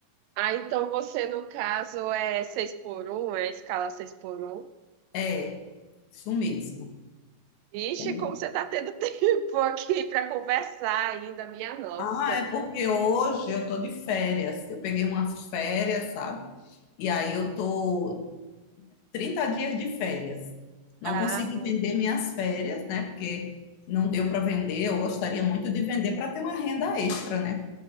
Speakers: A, on the right (about 80°); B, on the left (about 80°).
A: ah, então você, no caso, é 6 por um, é a escala 6 por um?
B: É, isso mesmo.
A: Vixe,
B: É mesmo?
A: como você está tendo <laughs> tempo aqui para conversar ainda, minha nossa.
B: Ah, é porque hoje eu tô de férias. Eu peguei umas férias, sabe? E aí eu tô Trinta dias de férias. Não
A: Ah,
B: consegui vender minhas férias, né? Porque não deu para vender. Eu gostaria muito de vender para ter uma renda extra, né?